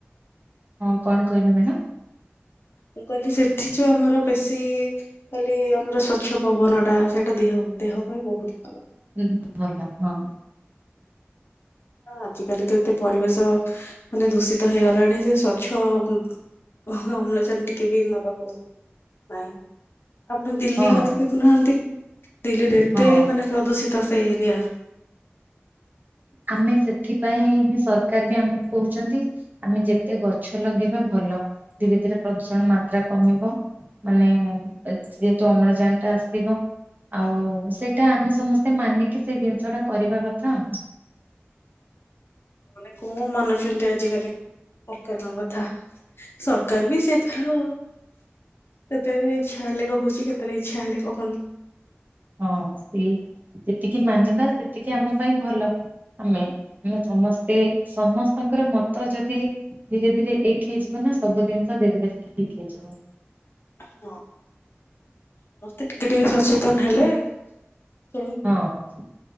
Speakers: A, on the right (about 45°); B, on the left (about 60°).
A: ହଁ କଣ କହିଲ ମ୍ୟାଡମ।
B: ମୁଁ କହିଲି ସେଠିଯୋଉ ଆମର ବେଶୀ କାଲି ଆମର ସ୍ଵଚ୍ଛ ପବନ ଟା ସେଇଟା ଦିହାଉ ଦେହପାଇଁ ବହୁତ ଭଲ।
A: ହଁ ଭଲ ହଁ।
B: ଆଜିକାଲିତ ଏତେ ପରିବେଶ ମାନେ ଦୂଷିତ ହେଇଗଲାଣି ଯେ ସ୍ଵଚ୍ଛ ଓ ଅମ୍ଳଜାନ ଟିକେ ବି ନବାକୁ ନାହିଁ। ଆପଣ ଦିଲ୍ଲୀ
A: ହଁ
B: କଥା ଦେଖୁନାହାନ୍ତି। ଦିଲ୍ଲୀରେ ଏତେ
A: ହଁ
B: ମାନେ ପ୍ରଦୂଷିତ ସେ ଏରିଆ
A: ଆମେ ସେଥିପାଇଁ ହିଁ ସରକାର ବି ଆମକୁ କହୁଛନ୍ତି ଆମେ ଯେତେ ଗଛ ଲଗେଇବା ଭଲ। ଧୀରେ ଧୀରେ ପ୍ରଦୂଷଣ ମାତ୍ରା କମିବ। ମାନେ ଯେହେତୁ ଅମ୍ଳଜାନଟା ଆସିିବ। ଆଉ ସେଇଟା ଆମେ ସମସ୍ତେ ମାନିକି ସେଇ ଜିନିଷ ଟା କରିବା କଥା।
B: ମାନେ କୋଉ ମାନୁଛନ୍ତି ଆଜିକାଲି। ସରକାରଙ୍କ କଥା ସରକାର ବି ସେତାର କେତେବେଳେ ଇଚ୍ଛା ହେଲେ କ ହଉଛି କେତେଲେ ଇଚ୍ଛା ହେଲେ କହୁନି।
A: ହଁ ସେଇ ଯେତିକି ମାନିବା ସେତିକି ଆମ ପାଇଁ ଭଲ। ଆମେ ଆମେ ସମସ୍ତେ ସମସ୍ତଙ୍କର ମ ମତ ଯଦି ଧୀରେ ଧୀରେ ଏକ ହେଇଯିବନା ସବୁ ଜିନିଷ ଧୀରେ ଧୀରେ ଠିକ ହେଇଯିବ।
B: ହଁ, ସମସ୍ତେ ଟିକେ ଟିକେ ସଚେତନ ହେଲେ ସେମିତି
A: ହଁ